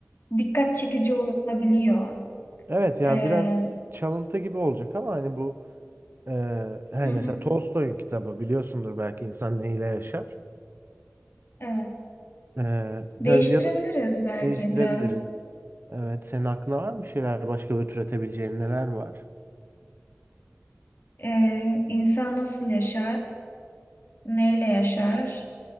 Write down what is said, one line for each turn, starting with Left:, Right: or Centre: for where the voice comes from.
Left: dikkat çekici olabiliyor.
Right: evet yani
Left: Ee,
Right: biraz çalıntı gibi olacak ama hani bu ee, hani
Left: Hı hı.
Right: mesela Tolstoy'un kitabı biliyorsundur belki İnsan Ne ile Yaşar.
Left: evet.
Right: Ee,
Left: Değiştirebiliriz
Right: hani ya da
Left: belki
Right: değiştirebiliriz.
Left: biraz.
Right: Evet, senin aklına var mı şeyler başka böyle türetebileceğin neler var?
Left: Ee, insan nasıl yaşar, neyle yaşar